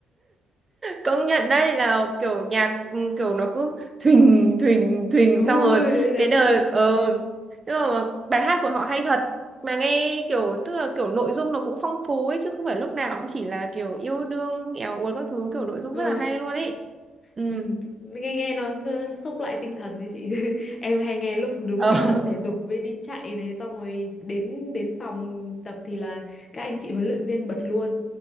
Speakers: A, on the right; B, on the left.
A: công nhận đấy là kiểu nhạc ừ, kiểu nó cứ thình thình thình
B: đúng
A: xong
B: rồi
A: rồi
B: đấy đấy
A: cái đời
B: chị
A: ờ tức là bài hát của họ hay thật mà nghe kiểu tức là kiểu nội dung nó cũng phong phú ấy chứ không phải lúc nào cũng chỉ là kiểu yêu đương éo uốn các thứ kiểu nội dung
B: Ờ,
A: rất là hay luôn ấy ừ
B: ừ, nghe nghe nó ờ, sốc lại tinh thần đấy chị <laughs> em hay nghe lúc đúng
A: ờ
B: đi tập thể dục với đi chạy này xong rồi đến đến phòng tập thì là các anh chị huấn luyện viên bật luôn